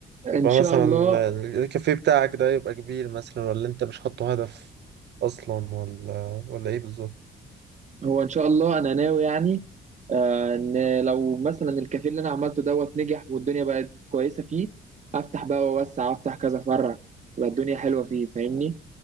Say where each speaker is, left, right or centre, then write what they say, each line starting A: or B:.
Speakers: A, on the right (about 35°); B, on the right (about 60°).
A: إن
B: يبقى
A: شاء
B: مثلا
A: الله
B: الكافيه بتاعك ده يبقى كبير مثلا ولا انت مش حاطه هدف اصلا ولا ولا ايه بالظبط
A: هو إن شاء الله أنا ناوي يعني آه، إن لو مثلا الكافيه اللي أنا عملته دوت نجح والدنيا بقت كويسة فيه أفتح بقى وأوسع وأفتح كذا فرع تبقى الدنيا حلوة فيه فاهمني